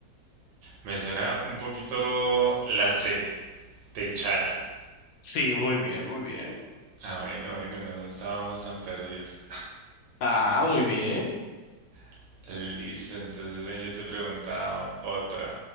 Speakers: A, on the right (about 85°); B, on the left (about 70°).
A: Me suena un poquito la C, Techala.
B: Sí, muy bien, muy bien.
A: Ah, bueno, bueno, no estábamos tan perdidos.
B: Ah, muy bien.
A: <laughs> Listo, entonces ven, yo te preguntaba otra.